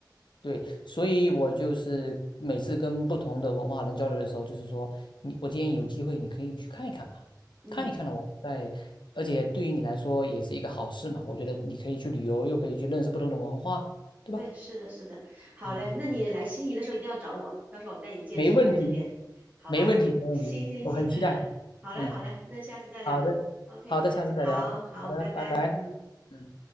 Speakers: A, on the left; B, on the right.
A: 对，所以我就是每次跟不同的文化人交流的时候，就是说，你我建议有机会你可以去看一看嘛，
B: 嗯，
A: 看一看了我们在，而且对于你来说也是一个好事嘛。我觉得你可以去旅游，又可以去认识不同的文化，对吧？
B: 对，是的，是的，好嘞，
A: 嗯嗯，
B: 那你来悉尼的时候一定要找我，到时候我带你见识一下这边，
A: 没问题，
B: 好吧？
A: 没问题，没问题，
B: <laughs> 行行行，
A: 我很期待。
B: 好嘞，
A: 嗯，
B: 好嘞，那下次再聊，OK，
A: 好的，好的，下次再聊。
B: 好好，
A: 好的，
B: 拜拜，
A: 拜拜。
B: 嗯。
A: 嗯。